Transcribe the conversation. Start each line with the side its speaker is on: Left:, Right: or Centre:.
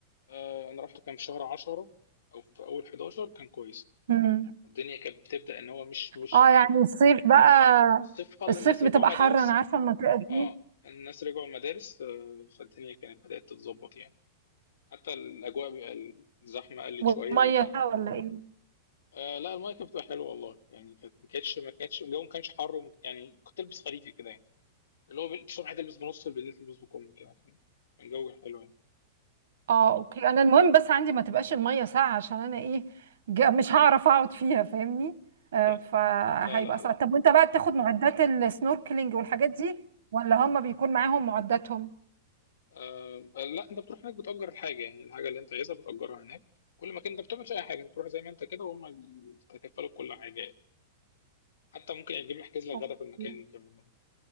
Left: آه أنا رحت كان في شهر 10 أو في أول 11 كان كويس
Right: مم.
Left: الدنيا كانت بتبدأ ان هو مش مش
Right: اه يعني الصيف بقى
Left: الصيف خل...
Right: الصيف
Left: الناس رجعوا
Right: بتبقى
Left: مدارس
Right: حر أنا عارفة المنطقة دي
Left: اه الناس رجعوا المدارس آه، فالدنيا كانت بدأت تتظبط يعني حتى الأجواء بيبقى الزحمة قلت
Right: والمية
Left: شوية ويبقى
Right: ساقعة ولا إيه؟
Left: آه لا المايه كانت بتبقى حلوه والله يعني كانت ما كانتش ما كانتش الجو ما كانش حر وما- يعني كنت البس خريفي كده يعني اللي هو بال- الصبح تلبس بنص بالليل تلبس بكم كده كان كان جو حلو يعني
Right: اه أوكي أنا المهم بس عندي ما تبقاش المية ساقعة عشان أنا إيه جا- مش هعرف أقعد فيها فاهمني؟
Left: <laughs>
Right: آه فهيبقى
Left: لا لا
Right: صعب
Left: لا
Right: طب وأنت بقى بتاخد معدات السنوركلينج والحاجات دي ولا هم بيكون معاهم معداتهم؟
Left: آه لا انت بتروح هناك بتأجر الحاجة يعني الحاجة اللي انت عايزها بتأجرها هناك كل مكان انت بتعمل فيه اي حاجة بتروح زي ما انت كده وهم بيتكفلوا بكل حاجة حتى ممكن يجيب يحجز لك
Right: أوكي.
Left: غدا في المكان كمان